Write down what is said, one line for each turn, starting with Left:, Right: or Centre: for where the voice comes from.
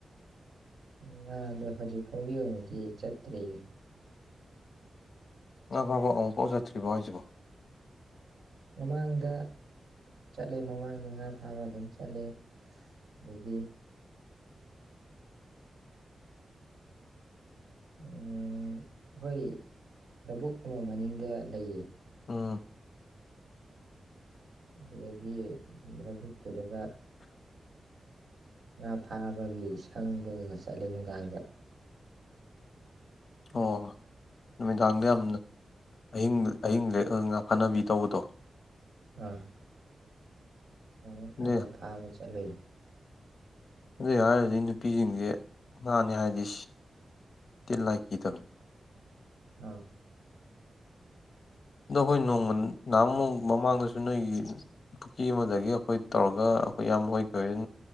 Right: ꯉꯥꯗꯣ ꯍꯧꯖꯤꯛ ꯐꯥꯎꯒꯤ ꯑꯣꯏꯅꯗꯤ ꯆꯠꯇ꯭ꯔꯤꯌꯦ
Left: ꯉꯥ ꯐꯥꯕ ꯑꯃꯨꯛꯐꯥꯎ ꯆꯠꯇ꯭ꯔꯤꯕꯣ ꯍꯥꯏꯁꯤꯕꯣ
Right: ꯃꯃꯥꯡꯗ ꯆꯠꯂꯦ ꯃꯃꯥꯡꯗ ꯉꯥ ꯐꯥꯕ ꯑꯗꯨꯝ ꯆꯠꯂꯦ ꯑꯗꯒꯤ ꯑꯩꯈꯣꯏ ꯂꯧꯕꯨꯛ ꯑꯃ ꯃꯅꯤꯡꯗ ꯂꯩꯌꯦ
Left: ꯎꯝ
Right: ꯑꯗꯨꯗꯒꯤ ꯂꯕꯨꯨꯛꯇꯨꯗꯒ ꯉꯥ ꯐꯥꯕꯒꯤ ꯁꯪꯕꯒ ꯆꯠꯂꯦ ꯅꯨꯡꯗꯥꯡꯗ
Left: ꯑꯣ ꯅꯨꯃꯤꯗꯥꯡꯗ ꯌꯥꯝ ꯑꯍꯤꯡ ꯑꯍꯤꯡ ꯂꯦꯛ ꯉꯥ ꯐꯥꯅꯕꯤ ꯇꯧꯕꯗꯣ
Right: ꯑꯥ ꯑꯗꯨ ꯈꯔ
Left: ꯑꯗꯨꯏ
Right: ꯈꯔ ꯐꯥꯕ ꯆꯠꯂꯤ
Left: ꯑꯗꯨꯏ ꯍꯥꯏꯔꯗꯤ ꯅꯨꯄꯤꯁꯤꯡꯁꯦ ꯉꯥꯅꯤ ꯍꯥꯏꯔꯗꯤ ꯇꯤꯟ ꯂꯥꯏ ꯀꯤꯗꯕꯅꯤ
Right: ꯑꯥ
Left: ꯑꯗꯣ ꯑꯩꯈꯣꯏ ꯅꯣꯡꯃ ꯅꯍꯥꯟꯃꯨꯛ ꯃꯃꯥꯡꯗꯁꯨ ꯅꯣꯏꯒꯤ ꯄꯨꯈꯔ꯭ꯤ ꯑꯃꯗꯒꯤ ꯑꯩꯈꯣꯏ ꯇꯧꯔꯒ ꯑꯩꯈꯣꯏ ꯏꯌꯥꯝꯕ ꯍꯣꯏ ꯀꯩ ꯍꯣꯏ